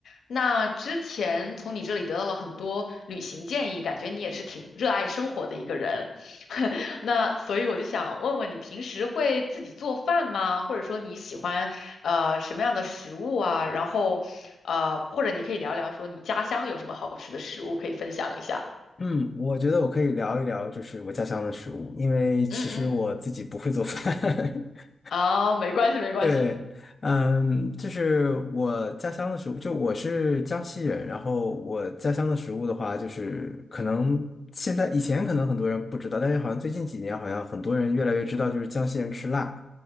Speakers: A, on the left; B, on the left.
A: 那之前从你这里得到了很多旅行建议，感觉你也是挺热爱生活的一个人。<laughs> 那所以我就想问问你，平时会自己做饭吗？或者说你喜欢呃什么样的食物啊？然后呃，或者你可以聊聊说你家乡有什么好吃的食物可以分享一下。
B: 嗯，我觉得我可以聊一聊，就是我家乡的食物，因为其实我自己不会做饭。
A: 嗯嗯，
B: <laughs>
A: 哦，没关系没关系。
B: 对，嗯，就是我家乡的食物，就我是江西人，然后我家乡的食物的话，就是可能现在以前可能很多人不知道，但是好像最近几年好像很多人越来越知道，就是江西人吃辣。